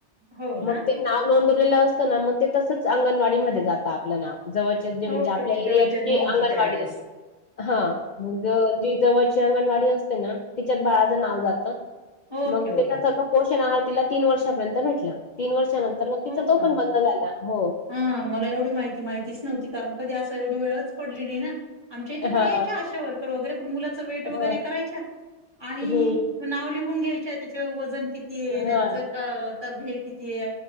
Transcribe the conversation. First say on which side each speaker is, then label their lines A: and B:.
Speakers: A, on the right (about 20°); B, on the left (about 50°).
A: हो
B: मग
A: ना
B: ते नाव नोंदवलेलं असत ना, मग ते तसच अंगणवाडी मध्ये जात आपलं नाव जवळ तेंची म्हणजे
A: ओके
B: आपल्या
A: ओके जेव्हा
B: एरीयाची
A: जन्म होतो
B: अंगणवाडीय
A: त्यावेेळेस
B: हा मंग जी जवळची अंगणवाडी असते ना तिच्यात बाळाचं नाव जातं.
A: ओके
B: मग
A: ओके
B: ते त्याचं पोषण आहार तिला तीन वर्षापर्यंत भेटला तीन वर्षानंतर मग
A: हो
B: तिचा तो
A: का
B: पण बंद झाला म
A: हा मला एवढी माहिती माहितीच नव्हती कारण कधी असं एवढी वेळच पडली नाही ना. आमच्या इथे
B: हा
A: पण यायच्या अशा वर्कर वगैरे पण मुलाचं वेट वगैरे
B: हा
A: करायच्या. आणि
B: हम्म
A: नाव लिहून घ्यायच्या, त्याचं वजन कितीय
B: हा
A: त्यांचं अ त हे कितीय,